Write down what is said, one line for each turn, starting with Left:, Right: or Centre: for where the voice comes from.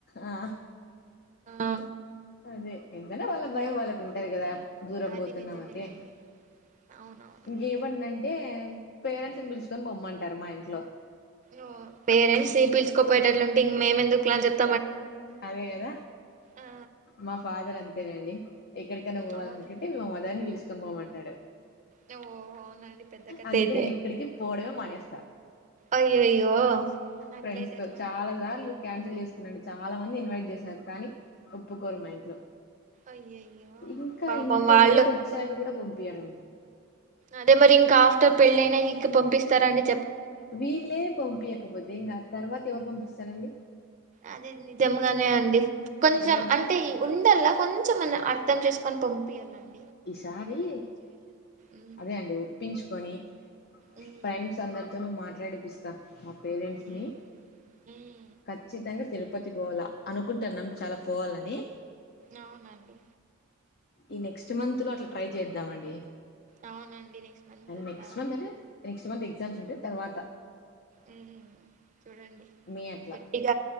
Left: ఆ
Right: ఆ
Left: అదే ఎంతన్నా వాళ్ళ భయం వాళ్ళకి ఉంటాది కదా దూరం
Right: అది
Left: పోతున్నామంటే
Right: నిజమేలేండి అవునవును
Left: ఇంకేమన్నా ఆన్ అంటే పేరెంట్స్ని పిలుచుకొని పోమ్మంటారు మా ఇంట్లో
Right: ఓ పేరెంట్స్ ని పిలిచకోపోయటట్లుంటే ఇంక మేము ఎందుకు లే అని చెప్
Left: అదే కదా
Right: ఆ
Left: మా ఫాదర్ ఆన్ తే నండి ఎక్కడికైనా
Right: ఉమ్,
Left: పోవాల
Right: అవును
Left: అనుంటే మా మదర్ నీ పిల్చ్ తుమ్మ మంటాడు
Right: నువ్వు అవునండి పెద్ద కథ
Left: అందుకే
Right: అయితే
Left: నేను ఎక్కడికి పోవడమే మానేస్తా
Right: అయ్యయ్యో అట్లయితే
Left: ఫ్రెండ్స్ తో
Right: ఎట్లా
Left: చాలా సార్లు క్యాన్సిల్ చేస్ నన్ను చాలా మంది ఇన్వైట్ చేసారు కానీ ఒప్పుకోరు మా ఇంట్లో
Right: అయ్యయ్యో
Left: ఇంకా
Right: పాపం
Left: ఇంత
Right: వాళ్ళు
Left: ఏజ్ వచ్చాక కూడా పొమ్ పియరు
Right: అదే మరి ఇంకా ఆఫ్టర్ పెళ్లైనా ఇక పంపిస్తార అండి
Left: వీళ్ళే పంపియకపోతే ఇంక ఆ తరువాత ఎవరు పంపిస్ తరండి
Right: అదే నిజముగానే అండి కొంచెం
Left: అదే కదా
Right: అంటే ఉండల్లా కొంచెంమన్నా ఆర్ ర్థం చేసుకొని పంపియల ఆన్
Left: ఈసారి
Right: ఉమ్,
Left: అదే అండి ఒప్పించుకొని
Right: ఉమ్,
Left: ఫ్రెండ్స్ అందరితోను మాట నడిపిస్తా పేరెంట్స్
Right: ఉమ్,
Left: ని
Right: ఉమ్.
Left: ఖచ్చితంగా తిరు పతి పోవాల అనుకుంటున్నాం చాలా పోవాలని
Right: ఆవునఅండి
Left: ఈ నెక్స్ట్ మంత్ లో అట్లా ట్రై చేద్దాం అండి
Right: అవునండి నెక్స్ట్ మంత్ అట్లా
Left: నెక్స్ట్ మంత్ అ నెక్స్ట్ మంత్ ఎక్సామ్స్ ఉంటయి తర్వాత
Right: ఉ చూడండి
Left: మే అట్లా
Right: గట్టిగ